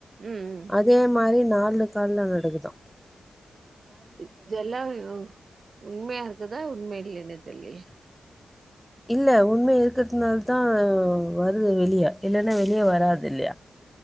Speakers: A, on the right; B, in the centre.
A: ம் ம்
B: அதே மாரி நாலு கால்ல நடக்குதா
A: இது ஜெல்லாயோ உண்மையா இருக்குதா உண்ம இல்லன்னு தெர்லயே
B: இல்ல உண்மை இருக்கறதுனால தா வருது வெளிய இல்லன்னா வெளிய வராது இல்லயா